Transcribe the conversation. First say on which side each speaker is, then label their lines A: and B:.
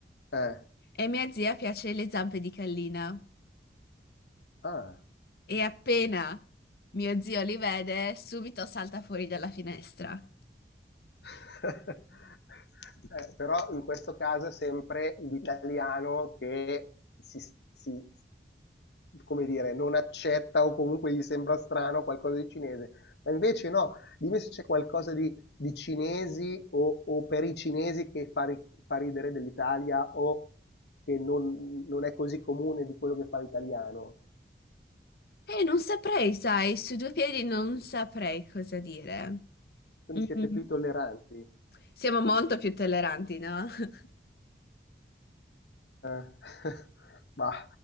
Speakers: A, on the left; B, on the left.
A: Eh.
B: E a mia zia piace le zampe di gallina.
A: Ah.
B: E appena mio zio li vede, subito salta fuori dalla finestra.
A: <laughs> Eh, però in questo caso è sempre l'italiano che si, si- come dire, non accetta o comunque gli sembra strano qualcosa di cinese. Ma invece no, dimmi se c'è qualcosa di, di cinesi o, o per i cinesi che fa, ri- fa ridere dell'Italia o che non, non è così comune di quello che fa l'italiano.
B: E non saprei, sai, su due piedi non saprei cosa dire.
A: Quindi
B: Mm,
A: siete più tolleranti.
B: Siamo molto più tolleranti, no? <laughs>
A: <laughs> Mah,